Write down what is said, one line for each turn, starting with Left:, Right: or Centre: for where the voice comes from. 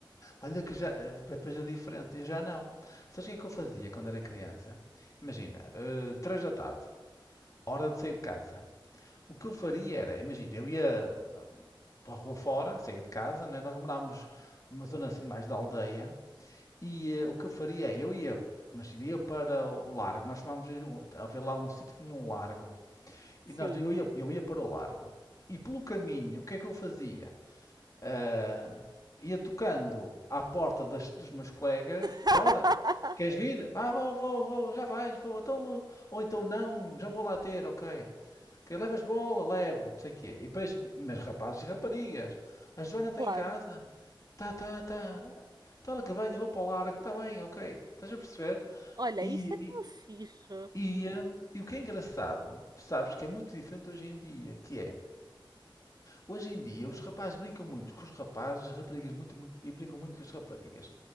Left: Olha que já, depois a diferença, eu já não. Sabes o que é que eu fazia quando era criança? Imagina, eh, três da tarde, hora de sair de casa. O que eu faria era, imagina, eu ia pela rua fora, saía de casa, né? Nós morávamos numa zona assim mais da aldeia, e eh, o que eu faria é, eu ia, imagina, ia para o largo, nós tomávamos ir um- havia lá um sítio que tinha um largo, e
Right: Sim.
Left: nós, eu ia, eu ia para o largo. E pelo caminho, o que é que eu fazia? Ah, ia tocando à porta das- dos meus colegas.
Right: <laughs>
Left: Bora, queres vir? Vá, vou, vou, vou, já vais, vou. Então, ou então não, já vou lá ter, ok. Ok, levas bola, levo, não sei o quê. E depois, mas rapazes e raparigas, a Joana está
Right: claro.
Left: em casa? Tá, tá, tá. Então ela que venha, vou para o largo, está bem, ok. Estás a perceber?
Right: Olha,
Left: E,
Right: isso é tão
Left: e,
Right: fixe.
Left: e, hum, e o que é engraçado, sabes que é muito diferente hoje em dia, que é, Hoje em dia, os rapazes brincam muito com os rapazes, as raparigas muito, muito- e brincam muito com as raparigas.